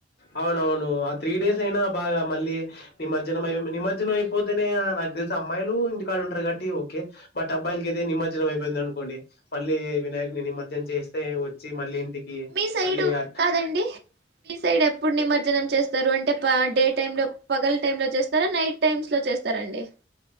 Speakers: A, on the left; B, on the right.
A: అవున అవును ఆ త్రీ డేస్ అయినా బాగా మళ్ళీ నిమజ్జనం అయి నిమజ్జనం అయిపోతేనే నాగ్దెలిసి అమ్మాయిలు ఇంటికాడు ఉంటారు కాబట్టి ఓకే బట్ అబ్బాయికికైతే నిమజ్జనం అయిపోయింది అనుకోండి మళ్ళీ వినాయక్ని నిమజ్జం చేస్తే వచ్చి మళ్ళీ ఎకి
B: మీ సైడు
A: పల్లి ఆట్
B: కాదండి మీ సైడ్ ఎప్పుడు నిమజ్జనం చేస్తారు అంటే డే టై లో పగల టై లో చేస్తారా నైట్ టైమ్స్ లో చేస్తారండి